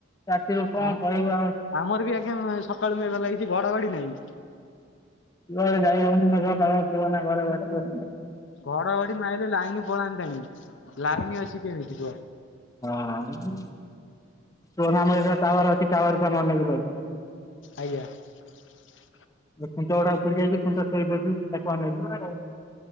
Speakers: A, on the left; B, on the left.
A: ରାତିରୁ କଣ
B: ଆମ
A: କହିବ ଆଉ <unintelligible>
B: ଆମର ବି ଆଜ୍ଞା ସକାଳୁ ମେଘ ଲାଗିଛି ଘଡଘଡି ନାହିଁ
A: କୁଆଡେ ଯାଇ ହଉନି ମେଘୁଆ ପାଗ କୁହନା ଘଡଘଡି
B: ଘଡଘଡି ମାରିଲେ ଲାଇନ ପଳାନ୍ତାଣି ଲାଇନ ଅଛି କେମିତି କୁହ।
A: ହଁ-ଅ-ଅ କୁହନା ଆମର ଯ ଟାୱାର ଅଛି ଟାୱାର କୁ ଆମେ ଅନେଇକି ବଇ
B: ଆଜ୍ଞା ।
A: ଖୁଣ୍ଟ ଗୁଡା ଉପୁଡି ଯାଇଛି, ଖୁଣ୍ଟ ଶୋଇ ପଡିଛି ତାକୁ ଅନେଇଛୁ। <unintelligible>